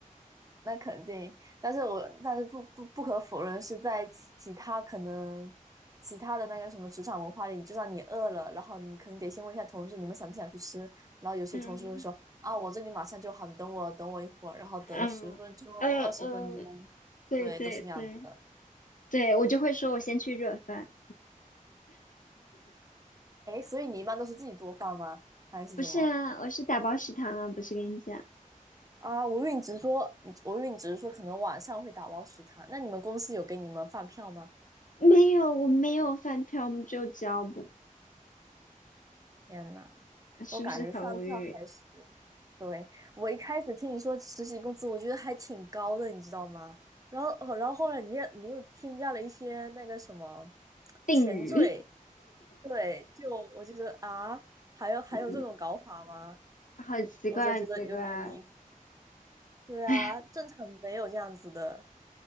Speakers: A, on the right; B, on the left.
A: 那肯定，但是我但是不不不可否认是在其其他可能其他的那个什么职场文化里，你就算你饿了，然后你肯定得先问一下同事你们想不想去吃，然后有些同事会说啊我这里马上就好，
B: <laughs> 嗯
A: 你等我等我一会儿，然后等个十分钟二十分钟，
B: 嗯嗯嗯，对对对。
A: 对，都是这样子的。
B: 对，我就会说我先去热饭。
A: 哎，所以你一般都是自己做饭吗？还是怎么？
B: 不是啊，我是打包食堂啊，不是跟你讲，
A: 啊，我以为你只是说，我以为你只是说可能晚上会打包食堂，那你们公司有给你们饭票吗？
B: 没有，我没有饭票，我们只有胶布，
A: 天呐，
B: 是不是很无语？
A: 我感觉饭票还是。对，我一开始听你说实习工资，我觉得还挺高的，你知道吗？然后，哦然后后来你又你又添加了一些那个什么
B: 定语，
A: 前缀，对，就我就觉得啊，还有还有这种搞法吗？
B: <laughs> 嗯，好奇怪，
A: 我就觉得有点离谱。
B: 很奇怪，
A: 对啊，
B: 唉
A: 正常没有这样子的。